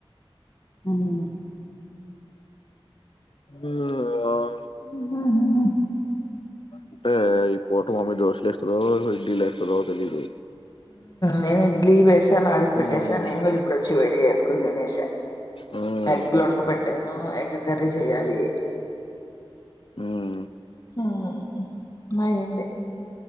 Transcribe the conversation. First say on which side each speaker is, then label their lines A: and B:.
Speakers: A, on the left; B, on the left.
A: హ్మ
B: ఉ
A: హ్మ్ హ్మ హ్మ
B: అంటే ఈ పూట మమ్మీ దోష లు ఎస్తదో ఇడ్లీ లు ఏస్తదో తెలీదు
A: నేనే ఇడ్లీ వేసాను ఆడికి
B: హ్మ్.
A: పెట్టేసాను నేను కూడా ఇప్పుడు వచ్చి వేడిగా వేసుకుని తినేస
B: హ్మ్.
A: ఎగ్లూ ఉడకపెట్టాను ఎగ్ కర్రీ చెయ్యాలి
B: హ్మ్.
A: హ్మ్ అయింది